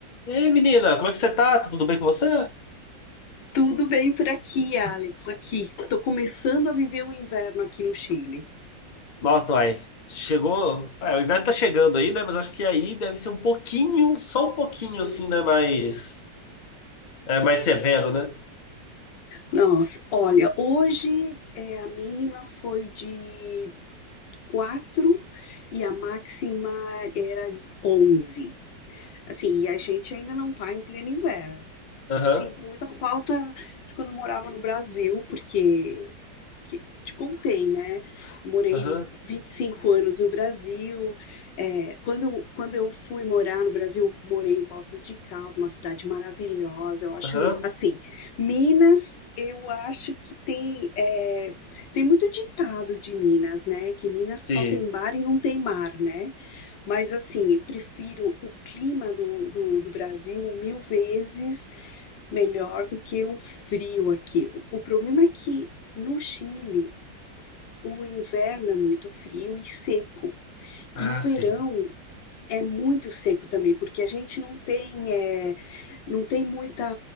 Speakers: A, on the left (about 90°); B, on the left (about 70°).
A: Ei, menina, como é que você tá? Tá Tudo bem com você?
B: Tudo bem por aqui, Alex? Aqui. Tô começando a viver o inverno aqui no Chile.
A: Nossa, uai, chegou. É, o inverno tá chegando aí, né? Mas acho que aí deve ser um pouquinho, só um pouquinho assim, né? Mais, é, mais severo, né?
B: Nossa, olha, hoje é, a mínima foi de 4 e a máxima era de 11. Assim, e a gente ainda não tá em pleno inverno.
A: Aham,
B: Sinto muita falta de quando eu morava no Brasil, porque que te contei, né? Morei
A: aham,
B: 25 anos no Brasil. É, quando, quando eu fui morar no Brasil, morei em Poços de Caldas, uma cidade maravilhosa. Eu acho,
A: aham.
B: assim, Minas, eu acho que tem é, tem muito ditado de Minas, né? Que Minas
A: Sim.
B: só tem bar e não tem mar, né? Mas assim, eu prefiro o clima do, do, do Brasil mil vezes melhor do que o frio aqui. O, o problema é que no Chile o inverno é muito frio e seco.
A: Ah,
B: E o verão
A: sim.
B: é muito seco também, porque a gente não tem, é, não tem muita,